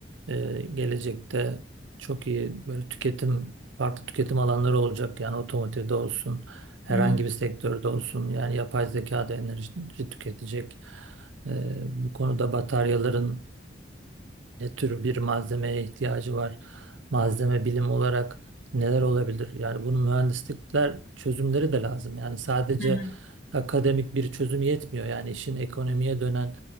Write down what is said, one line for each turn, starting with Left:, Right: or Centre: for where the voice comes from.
Right: e, gelecekte çok iyi böyle tüketim, farklı tüketim alanları olacak. Yani otomotivde olsun, herhangi
Left: Hı hı.
Right: bir sektörde olsun. Yani yapay zeka da enerji tüketecek. Ee, bu konuda bataryaların ne tür bir malzemeye ihtiyacı var, malzeme bilim olarak neler olabilir? Yani bunun mühendislikler çözümleri de lazım. Yani sadece
Left: Hı hı.
Right: akademik bir çözüm yetmiyor. Yani işin ekonomiye dönen